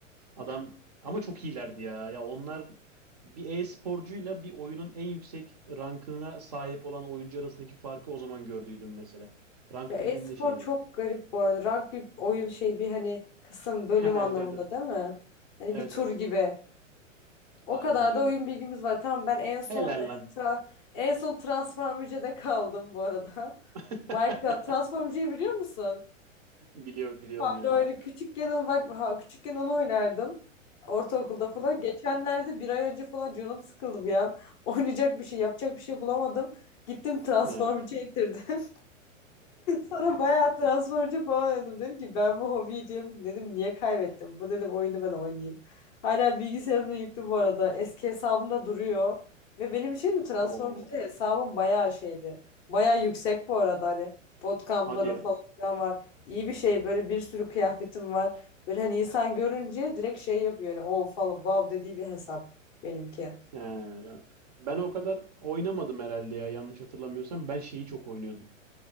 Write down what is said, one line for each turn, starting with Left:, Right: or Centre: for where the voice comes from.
Right: Adam ama çok iyilerdi ya. Ya onlar bir e-sporcuyla bir oyunun en yüksek rankına sahip olan oyuncu arasındaki farkı o zaman gördüydüm mesela. Rank
Left: Ya e-spor
Right: dediğimde şey yani.
Left: çok garip bu arada. Rank bir oyun şey bir hani kısım bölüm
Right: Ha,
Left: anlamında
Right: evet evet. Evet
Left: değil mi? Hani
Right: evet.
Left: bir tur
Right: evet.
Left: gibi. O
Right: Aynen
Left: kadar
Right: öyle.
Left: da oyun bilgimiz var. Tamam ben en son
Right: Helal
Left: e,
Right: lan.
Left: tra- en son Transformer'da kaldım bu arada.
Right: <laughs>
Left: <laughs> Minecraft Transformer'ı biliyor musun?
Right: Biliyorum biliyorum
Left: Fare
Right: ya.
Left: oyunu küçükken onu bak ha, küçükken onu oynardım. Ortaokulda falan. Geçenlerde bir ay önce falan canım sıkıldı bir an. <laughs> Oynayacak bir şey, yapacak bir şey bulamadım. Gittim Transformer'ı
Right: He.
Left: indirdim. Sonra bayağı transferci falan oynadım. Dedim ki ben bu hobiyi diye dedim niye kaybettim? Bu dedim oyunu ben oynayayım. Hala bilgisayarımda yüklü bu arada. Eski hesabımda duruyor. Ve benim için mi Transformcı'da
Right: Oo.
Left: hesabım bayağı şeydi. Bayağı yüksek bu arada hani bootcamp'larım
Right: Hadi ya.
Left: falan filan var. İyi bir şey böyle bir sürü kıyafetim var. Böyle hani insan görünce direkt şey yapıyor hani o falan wow dediği bir hesap benimki.
Right: He. Ben o kadar oynamadım herhalde ya yanlış hatırlamıyorsam. Ben şeyi çok oynuyordum.